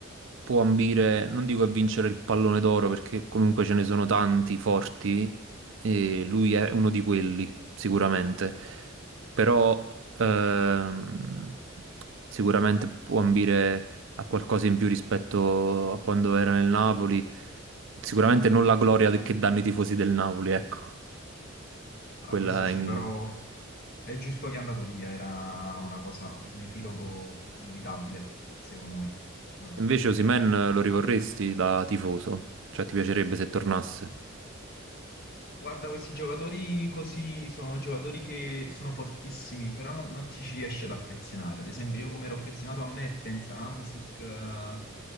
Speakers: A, on the right; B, on the left.
A: può ambire, non dico a vincere il pallone d'oro perché comunque ce ne sono tanti forti e lui è uno di quelli, sicuramente. Però ehm, sicuramente può ambire a qualcosa in più rispetto a quando era nel Napoli. Sicuramente non la gloria che danno i tifosi del Napoli, ecco. Quella
B: Ah, questo sì,
A: è in-
B: però è giusto che è andato via, era una cosa, un epilogo inevitabile, secondo me. Eh,
A: Invece Osimhen lo rivorresti da tifoso? Cioè ti piacerebbe se tornasse?
B: Guarda, questi giocatori così sono giocatori che sono fortissimi, però non, non ti ci riesci ad affezionare. Ad esempio, io come ero affezionato a Mertens, a Hamsik, a,